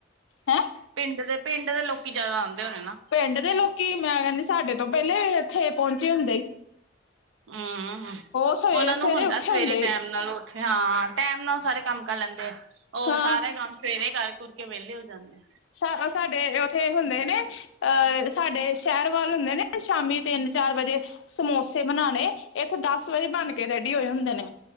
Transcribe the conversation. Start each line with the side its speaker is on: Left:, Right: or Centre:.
Left: ਹੈਂ
Right: ਪਿੰਡ ਦੇ ਪਿੰਡ ਦੇ ਲੋਕ ਜਿਆਦਾ ਆਉਂਦੇ ਹੋਣੇ ਨਾ
Left: ਪਿੰਡ ਦੇ ਲੋਕੀ ਮੈਂ ਕਹਿੰਦੀ ਸਾਡੇ ਤੋਂ ਪਹਿਲੇ ਇੱਥੇ ਪਹੁੰਚੇ ਹੁੰਦੇ ਸੀ
Right: ਹਮ
Left: ਸਵੇਰੇ
Right: ਉਹਨਾਂ
Left: ਸਵੇਰੇ
Right: ਨੂੰ ਹੁੰਦਾ
Left: ਉੱਠੇ
Right: ਸਵੇਰੇ
Left: ਹੁੰਦੇ
Right: ਟੈਮ ਨਾਲ ਹਾਂ ਟੈਮ ਨਾਲ ਉਹ ਸਾਰੇ ਕੰਮ ਕਰ ਲੈਂਦੇ ਆ ਉਹ
Left: ਹਾਂ
Right: ਸਾਰਾ ਕੰਮ ਸਵੇਰੇ ਕਰ ਕੁਰ ਕੇ ਵਿਹਲੇ ਹੋ ਜਾਂਦੇ ਆ
Left: ਇਸ ਹਿਸਾਬ ਸਾਡੇ ਉੱਥੇ ਹੁੰਦੇ ਨੇ ਅਹ ਸਾਡੇ ਸ਼ਹਿਰ ਵੱਲ ਹੁੰਦੇ ਨੇ ਸ਼ਾਮੀ ਤਿੰਨ ਚਾਰ ਵਜੇ ਸਮੋਸੇ ਬਣਾਉਣੇ ਇੱਥੇ ਦਸ ਵਜੇ ਬਣ ਕੇ ਰੈਡੀ ਹੋਏ ਹੁੰਦੇ ਨੇ